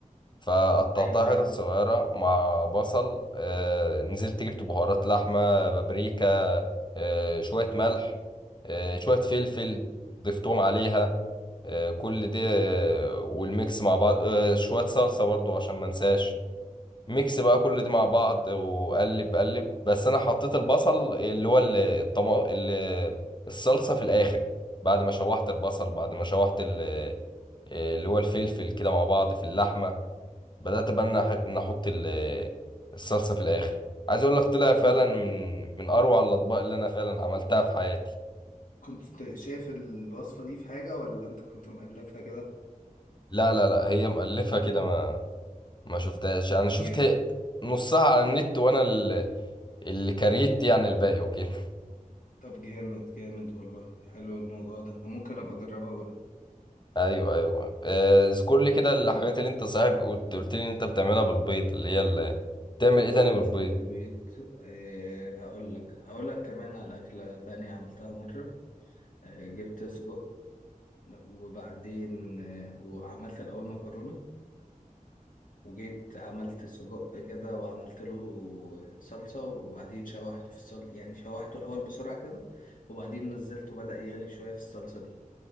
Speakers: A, on the left; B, on the left.
A: فقطعتها
B: ايوه ايوه
A: حتت صغيرة مع بصل آه، نزلت جبت بهارات لحمة بابريكا آه، شوية ملح آه، شوية فلفل ضفتهم عليها آه، كل دي آه، والميكس مع بعض آه، شوية صلصة برضو عشان ما انساش ميكس بقى كل دي مع بعض وقلب قلب بس انا حطيت البصل اللي هو ال- الطما ال- الصلصة في الاخر بعد ما شوحت البصل بعد ما شوحت ال- آه، اللي هو الفلفل كده مع بعض في اللحمة بدأت بقى إن أح- إن أحط ال- الصلصة في الآخر عايز أقول لك طلع فعلا
B: كنت
A: من من أروع الأطباق اللي أنا فعلا عملتها في حياتي
B: كنت شايف الوصفة دي في حاجة ولا انت كنت مألفها كده
A: لا لا لا هي مؤلفة كده
B: <laughs>
A: ما ما شفتهاش يعني
B: طب
A: شفت
B: جامد
A: نصها على النت وأنا ال- اللي كريت يعني الباقي وكده
B: طب جامد جامد والله حلو الموضوع ده ممكن ابقى اجربها برضه
A: <laughs> أيوه أيوه آه، اذكر لي كده الحاجات اللي أنت صاحب قلت قلت لي إن أنت بتعملها بالبيض اللي هي اللي بتعمل إيه
B: عملت
A: تاني بالبيض
B: بالبيت أه هقول لك هقول لك كمان على أكلة تانية عملتها مرة أه جبت سجق وبعدين أه وعملت الأول مكرونة وجيت عملت سجق كده وعملت له صلصة وبعدين شوحته في الصلصة يعني شوحته الأول بسرعة كده وبعدين نزلته بدأ يغلي شوية في الصلصة دي